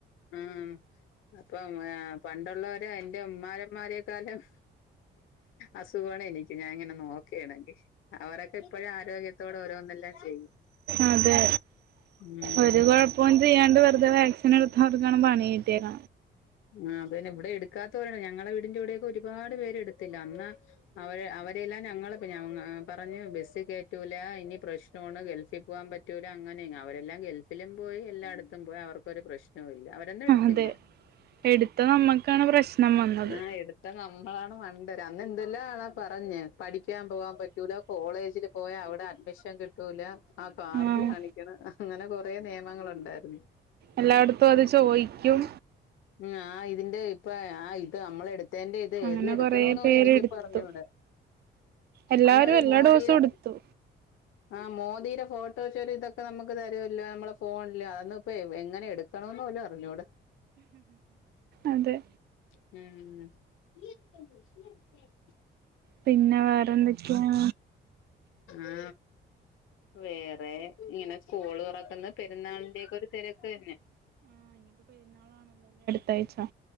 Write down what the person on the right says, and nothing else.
അതെ
ഒരു കൊഴപ്പോ ചെയ്യാണ്ട് വെറുതെ വാക്സിന് എടുത്തവർക്കാണ് പാണി കിട്ട്യേത
അതെ എടുത്ത നമ്മൾക്കാണ് പ്രശ്നം വന്നത്
ആഹ്
എല്ലായിടത്തും അത് ചോയ്ക്കും
അങ്ങനെ
കൊറേ പേരെടുത്തു
എല്ലാരും
എല്ലാ
ഡോസും എടുത്തു
അതേ
പിന്നെ വേറെന്തൊക്കെയാ
തയ്ച്ചോ?